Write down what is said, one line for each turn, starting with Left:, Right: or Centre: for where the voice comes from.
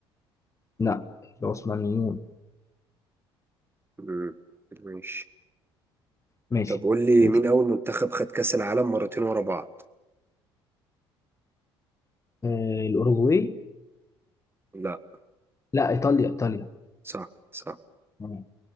Left: لا العثمانيون
Right: مم. ماشي
Left: ماشي
Right: طب قول لي
Left: ماشي.
Right: مين أول منتخب خد كأس العالم مرتين ورا بعض
Left: آه الأوروغواي
Right: لا
Left: لا إيطاليا إيطاليا
Right: صح صح
Left: تمام.